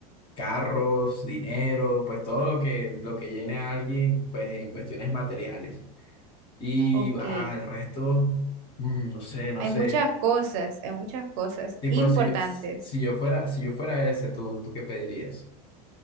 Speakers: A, on the left; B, on the right.
A: carros, dinero, pues todo lo que, lo que llene a alguien, pues en cuestiones materiales. Y
B: Ok.
A: ah, el resto, mm, no sé, no
B: Hay
A: sé.
B: muchas cosas, hay muchas cosas
A: Tipo,
B: importantes.
A: si, si yo fuera, si yo fuera ese, ¿tú, tú qué pedirías?